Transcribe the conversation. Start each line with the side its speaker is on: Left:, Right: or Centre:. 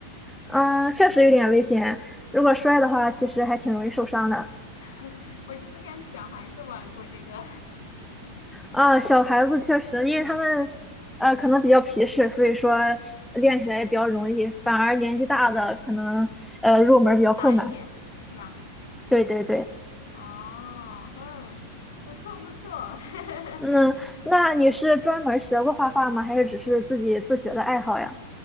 Centre: 嗯，确实有点危险，如果摔的话，其实还挺容易受伤的。
Left: <laughs> 我就是看小孩子玩过这个，
Centre: 啊，小孩子确实，因为他们呃可能比较皮实，所以说练起来也比较容易，反而年纪大的可能呃入门比较困难。
Left: <laughs> 难一点是吧？
Centre: 对对对。
Left: 哦，嗯，不错不错，<laughs>
Centre: 嗯，那你是专门学过画画吗？还是只是自己自学的爱好呀？